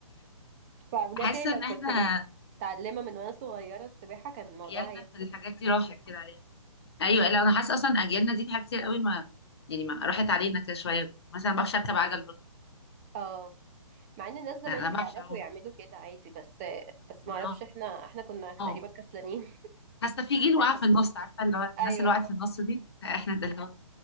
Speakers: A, on the right; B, on the left.
A: فبجد
B: حاسة
A: يعني
B: ان
A: لو كنت
B: احنا
A: متعلمة من وانا صغيرة السباحة كان الموضوع
B: اجيالنا
A: هيفرق
B: في الحاجات دي راحت كده علينا ايوه لا انا حاسة اصلا اجيالنا دي في حاجات كتير قوي ما يعني ما راحت علينا كده شوية مثلا ما بعرفش اركب عجل برضه
A: اه مع ان الناس زمان
B: يعني انا ما
A: بيعرفوا
B: بعرفش اعوم
A: يعملوا كده عادي بس بس
B: ما-
A: معرفش احنا احنا كنا تقريبا
B: اه
A: كسلانين
B: حاسة في جيل وقع في النص عارفة اللي هو
A: <laughs> ايوه
B: الناس اللي وقعت في النص دي احنا ده اللي هو